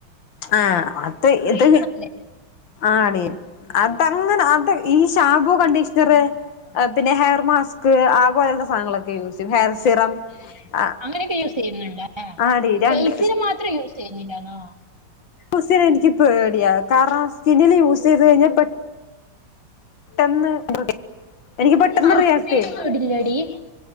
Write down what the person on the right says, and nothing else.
ഇതാണല്ലേ
അങ്ങനെയൊക്കെ യൂസ് ചെയ്യുന്നുണ്ട
ഫേസ്സിന മാത്രം യൂസ് ചെയ്യുന്നില്ലാണോ
സൺസ്ക്രീൻ
ഒന്നും ഇടില്ലടി